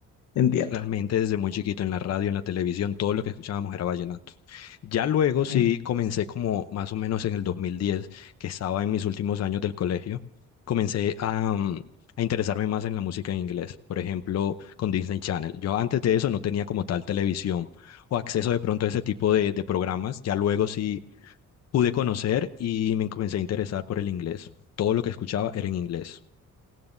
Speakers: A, on the left; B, on the left.
A: te entiendo.
B: Realmente desde muy chiquito en la radio, en la televisión, todo lo que escuchábamos era vallenato. Ya luego sí
A: Sí.
B: comencé como más o menos en el 2010, que estaba en mis últimos años del colegio, comencé a, mm, a interesarme más en la música en inglés, por ejemplo, con Disney Channel. Yo antes de eso no tenía como tal televisión o acceso de pronto a ese tipo de, de programas. Ya luego sí pude conocer y me comencé a interesar por el inglés. Todo lo que escuchaba era en inglés.